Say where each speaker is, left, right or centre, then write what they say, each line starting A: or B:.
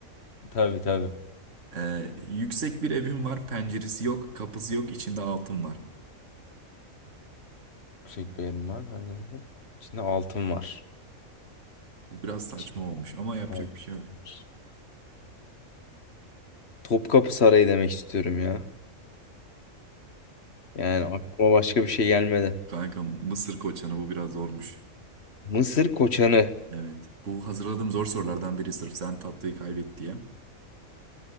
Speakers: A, on the left; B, on the right.
A: Tabii tabii.
B: Ee, yüksek bir evim var. Penceresi yok. Kapısı yok. İçinde altın var.
A: Yüksek beğenim var. Hani hop, İçinde altın var.
B: Bu biraz saçma
A: İçinde
B: olmuş ama yapacak
A: altın
B: bir şey yok.
A: var. Topkapı Sarayı demek istiyorum ya. Yani aklıma başka bir şey gelmedi.
B: Kanka Mısır koçanı bu biraz zormuş.
A: Mısır koçanı.
B: Evet. Bu hazırladığım zor sorulardan biri sırf sen tatlıyı kaybet diye.